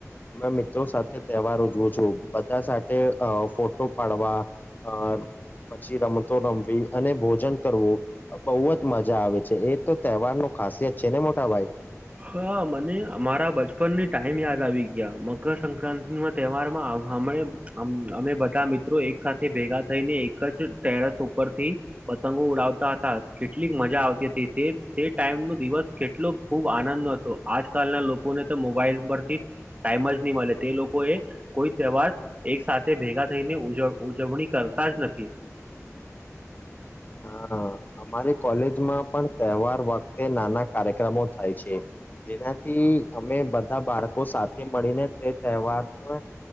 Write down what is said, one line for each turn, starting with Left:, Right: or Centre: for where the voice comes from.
Left: મિત્રો સાથે તહેવાર ઉજવું છું બધા સાથે ફોટો પાડવા. અ પછી રમતો રમવી અને ભોજન કરવું, બહુ જ મજા આવે છે એ તો તહેવાર ન ખાસિયત છે ને મોટા ભાઈ.
Right: હા મને અમારા બચપનની ટાઈમ યાદ આવી ગયા મકરસક્રાિ ના તહેવાર માં હમ અમે બધા મિત્રો એક સાથે ભેગા થઈને એક જ ટેરસ ઉપરથી, પતંગો ઉડાવતા હતા કેટલીક મજા આવતી હતી તે તે ટાઈમ નો દિવસ કેટલો ખૂબ આનંદ આજકાલના લોકોને તો મોબાઈલ પરથી, ટાઈમ જ નહી મળે તે લોકો એ કોઈ વાર એક સાથે ભેગા થઈને ઉજવણી કરતા જ નથી. હમ.
Left: હા અમારી કોલેજમાં પણ તહેવાર વખતે નાના કાર્યક્રમો થાય છે. જેનાથી અમે બધા બાળકો સાથે મળીને તે તહેવારને,